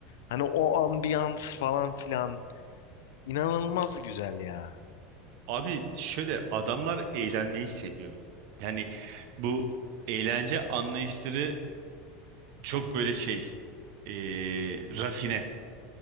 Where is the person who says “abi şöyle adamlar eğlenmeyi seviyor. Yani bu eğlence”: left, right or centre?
Right